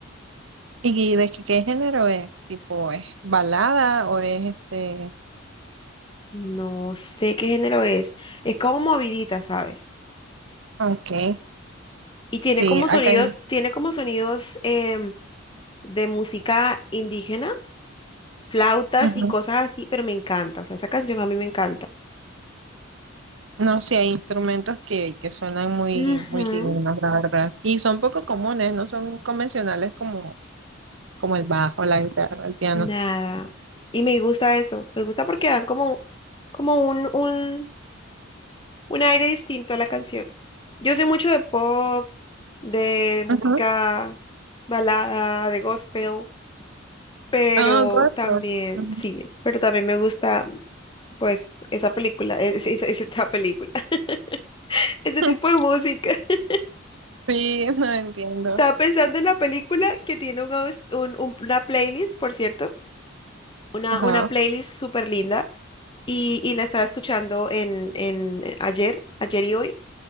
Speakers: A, on the right; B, on the left.
A: ¿Y de qué, qué género es? ¿Tipo es balada o es este?
B: No sé qué género es. Es como movidita, ¿sabes?
A: ah, Okay.
B: Y tiene
A: Sí,
B: como sonidos,
A: acá hay-
B: tiene como sonidos em, de música indígena, flautas
A: ujú.
B: y cosas así, pero me encanta. O sea, esa canción a mí me encanta.
A: No, sí hay instrumentos que, que suenan muy,
B: Ujú,
A: muy dignos, la verdad. Y son poco comunes, no son convencionales como, como el bajo, la guitarra, el piano.
B: nada. Y me gusta eso. Me gusta porque dan como, como un, un, un aire distinto a la canción. Yo soy mucho de pop, de música
A: Ujú.
B: balada, de gospel. pero
A: Ah, gospel.
B: también,
A: Ujú.
B: sí, pero también me gusta, pues, esa película, e, es- es- es- esa película, <laughs> ese
A: <laughs>
B: tipo de música. <laughs>
A: Sí, no entiendo.
B: Estaba pensando en la película que tiene un, aus- un- un- una playlist, por cierto, una,
A: Ajá.
B: una playlist súper linda, y, y la estaba escuchando en, en eh, ayer, ayer y hoy.